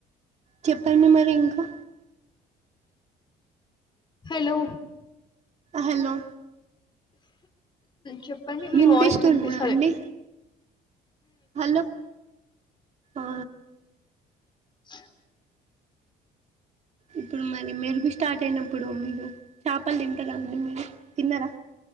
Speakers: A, on the right (about 40°); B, on the left (about 30°).
A: చెప్పండి మరి ఇంకా
B: హలో
A: హలో
B: చెప్పండి మీ
A: వినిపిస్తుందా
B: వాయిస్ వినిపిస్తాలే.
A: అండి హలో ఆ
B: <inaudible>
A: ఇప్పుడు మరి మీరుగు స్టార్ట్ అయినప్పుడు మీరు చేపలు తింటారా అండి మీరు తిన్నరా.